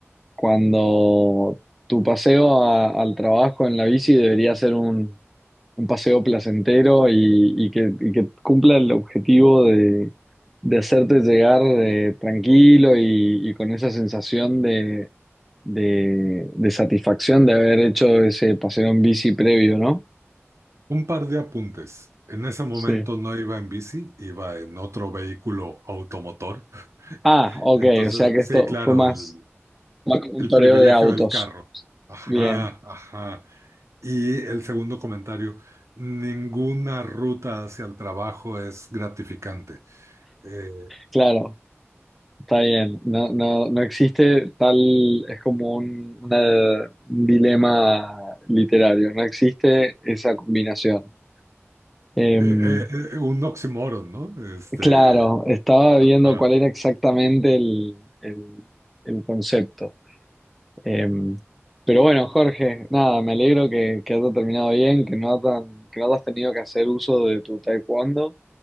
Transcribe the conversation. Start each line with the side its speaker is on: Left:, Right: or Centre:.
Centre: cuando tu paseo a- al trabajo en la bici debería ser un, un paseo placentero y, y que, y que cumpla el objetivo de, de hacerte llegar eh, tranquilo y, y con esa sensación de, de, de satisfacción de haber hecho ese paseo en bici previo, ¿no?
Right: Un par de apuntes. En ese momento
Centre: Sí.
Right: no iba en bici, iba en otro vehículo automotor.
Centre: Ah, ok,
Right: Entonces,
Centre: o sea que esto
Right: sí, claro,
Centre: fue más,
Right: el,
Centre: más como
Right: El
Centre: un toreo
Right: privilegio
Centre: de autos.
Right: del carro. Ajá,
Centre: Bien,
Right: ajá. Y el segundo comentario, ninguna ruta hacia el trabajo es gratificante. Eh,
Centre: claro. Está bien, no, no, no existe tal, es como un, una- un dilema literario, no existe esa combinación. Em,
Right: eh, eh, eh, un oxímoron, ¿no? Este,
Centre: claro, estaba viendo
Right: ajá.
Centre: cuál era exactamente el, el- el concepto. Em, pero bueno, Jorge, nada, me alegro que, que haya terminado bien, que no, tan, que no has tenido que hacer uso de tu taekwondo.